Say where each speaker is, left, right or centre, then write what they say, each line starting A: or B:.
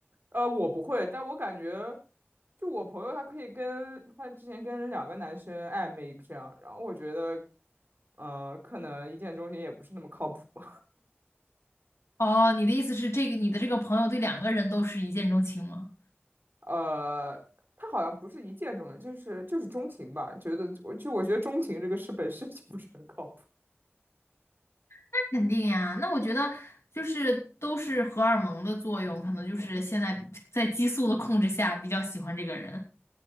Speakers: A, on the right; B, on the left.
A: 呃，我不会，但我感觉，就我朋友他可以跟他之前跟两个男生暧昧这样，然后我觉得，呃，可能一见钟情也不是那么靠谱。<laughs>
B: 哦，你的意思是这个，你的这个朋友对两个人都是一见钟情吗？
A: 呃，他好像不是一见钟情，就是就是钟情吧。觉得我就我觉得钟情这个事本身 <laughs> 就不是很靠谱。
B: 那肯定呀，那我觉得就是都是荷尔蒙的作用，可能就是现在在激素的控制下比较喜欢这个人，